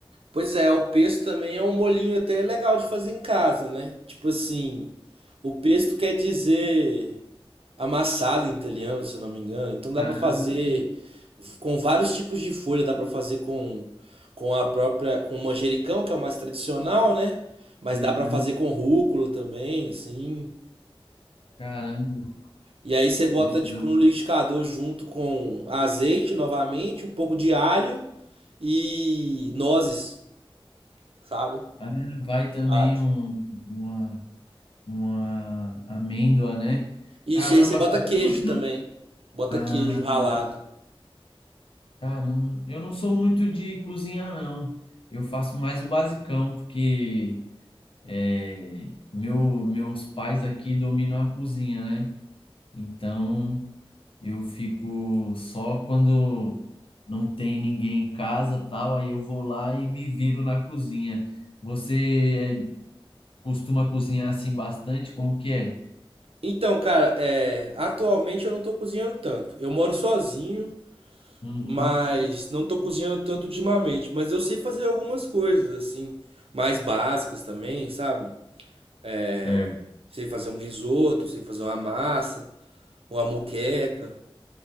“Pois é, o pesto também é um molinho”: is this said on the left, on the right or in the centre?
Right